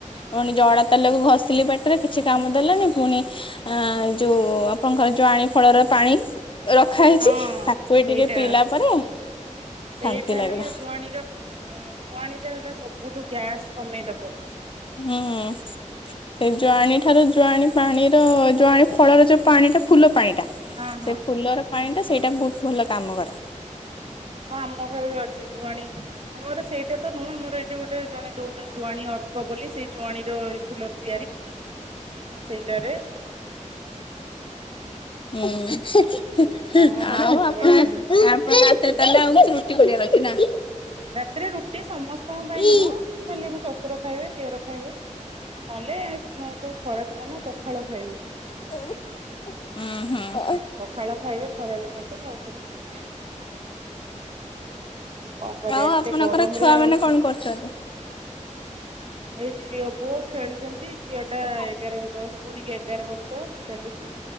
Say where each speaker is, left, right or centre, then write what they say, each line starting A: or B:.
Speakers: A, on the left; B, on the right.
A: ପୁଣି ଜଡା ତେଲକୁ ଘଷିଲି ପେଟ ରେ କିଛି କାମ ଦେଲାନି ପୁଣି ଆ ଯୋଉ ଆପଣଙ୍କର ଯୋଉଆଣି ଫଳର ପାଣି। ରଖା ହେଇଛି
B: ହଁ
A: ତାକୁ
B: ସେଇଟା
A: ଟିକେ ପିଇଲା ପରେ
B: ସେଇଟା
A: ଶାନ୍ତି ଲାଗିଲା
B: ହେଲା ଜୁଆଣୀର ଅ ଜୁଆଣୀ ଟା ହେଲା ସବୁ ଠୁ ଗ୍ୟାସ କମେଇ ଦବ ପୁରା
A: ହୁଁ। ସେ ଜୁଆଣି ଠାରୁ ଜୁଆଣି ପାଣିର ଜୁଆଣି ଫଳର ଯୋଉ ପାଣି ଟା ଫୁଲ ପାଣି ଟା। ସେ
B: ହଁ ହଁ
A: ଫୁଲର ପାଣିଟା ସେଇଟା ବହୁତ ଭଲ କାମ କରେ।
B: ହଁ ଆମ ଘରେ ବି ଅଛି ଜୁଆଣି ଆମର ସେଇଟା ତ ନୁହେଁ ଆମର ଏଇ ଗୋଟେ ଜଣେ ଦଉଛନ୍ତି ଜୁଆଣି ଅର୍କ ବୋଲି ସେଇ ଜୁଆଣୀ ର ଫୁଲର ତିଆରି ସେଇଟାରେ
A: ହୁଁ ଆଉ <unintelligible>
B: ସେଇଟା ଆମ ଘରେ ସବୁବେଳେ
A: ରେ
B: ରୁହେ।
A: ତାହେଲେ ଆଉ କିଛି ରୁଟି କରିବା ଅଛି ନା
B: ରାତିରେ ରୁଟି ସମସ୍ତଙ୍କ ପାଇଁ
A: ହୁଁ
B: ନୁହଁ ଖାଲି ମୁ ଶ୍ୱଶୁର ଖାଇବେ ଦିଅର ଖାଇବେ। ନହେଲେ ସବୁ ଖରାଦିନ ନା ପଖାଳ ଖାଇବେ।
A: ହୁଁ ହୁଁ।
B: ପଖାଳ ଖାଇବେ ଖରାଦିନ ତ ସେଥିପାଇଁ। କଣ କରିବା
A: ଆଉ
B: ଏତେ
A: ଆପଣଙ୍କର
B: ଗରମରେ
A: ଛୁଆ
B: ଆଉ
A: ମାନେ କଣ କରୁଛନ୍ତି?
B: ଏଇ ଝିଅ ପୁଅ ଖେଳୁଛନ୍ତି ଝିଅ ଟା
A: ଓହୋ
B: ଏଗାରକୁ ଦଶ ପୁରୀକି ଏ ଏଗାର ବର୍ଷ ଚାଲୁଛି